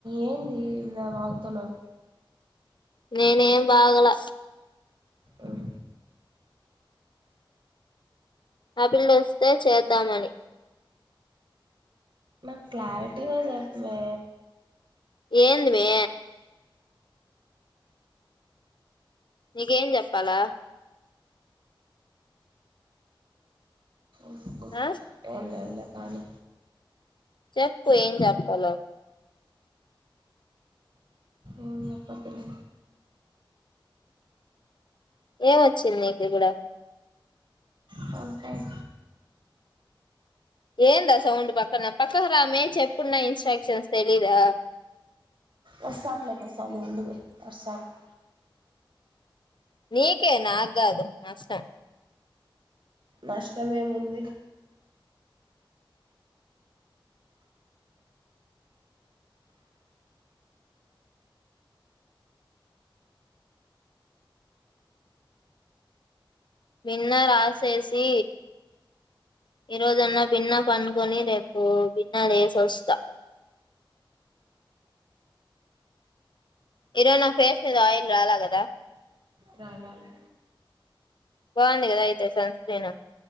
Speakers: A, on the right; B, on the left.
A: ఏంది ఇలా వాగుతన్నావు?
B: నేనేం బాగలా
A: అవు
B: ఆ పిల్లోస్తే చేద్దామని!
A: నాకు క్లారిటీగ చెప్ మే.
B: ఏంది మే నీకేం చెప్పలా?
A: మ్ పో,
B: ఆ
A: ఏం లేద్లె కాలు
B: చెప్పు ఏం చెప్ పాల?
A: ఏం చెప్పద్దులే.
B: ఏమొచ్చింది నీక్ ఇబ్బుడ
A: తలకాయ్
B: ఏందా సౌండ్ పక్కన? పక్కక్ రా మే చెప్పున్న ఇన్స్ట్రక్షన్స్ తెలీదా?
A: వస్తాన్లేమే సామీ ఉండు మే, అర్సాకు.
B: నీకే నాగాదు నష్టం
A: నష్టం ఏముంది
B: భిన్న రాసేసి ఈరోజన్న భిన్న పనుకొని రేపు భిన్న లేసోస్తా ఇరోజు నా ఫేస్ మీద ఆయిల్ రాలా కదా
A: రాలాల
B: బాగుంది కదా అయితే సన్ స్క్రీను